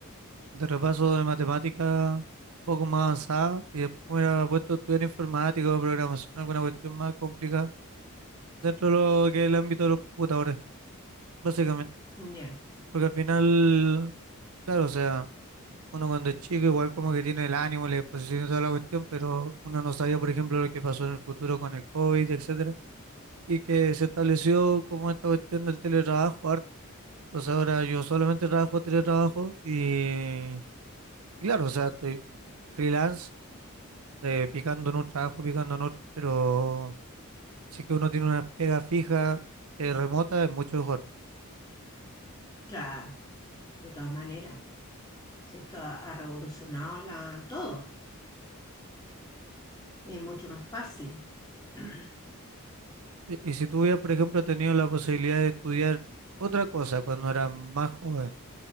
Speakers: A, on the right; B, on the left.
A: de repaso de matemática un poco más avanzado y después me hubiera puesto a estudiar informática o programación, alguna cuestión más complicada dentro de lo que es el ámbito de los computadores, básicamente.
B: Ya,
A: Porque al final, claro, o sea, uno cuando es chico igual como que tiene el ánimo, la disposición y toda la cuestión, pero uno no sabía, por ejemplo, lo que pasó en el futuro con el COVID, etcétera, y que se estableció como esta cuestión del teletrabajo harto. Entonces ahora yo solamente trabajo teletrabajo y Claro, o sea, estoy freelance, eh, picando en un trabajo, picando en otro, pero si que uno tiene una pega fija, eh, remota, es mucho mejor.
B: claro, de todas maneras. Si esto ha, ha revolucionado la, todo y es mucho más fácil. <clears throat>
A: Y, y si tú hubieras, por ejemplo, tenido la posibilidad de estudiar otra cosa cuando eras más joven,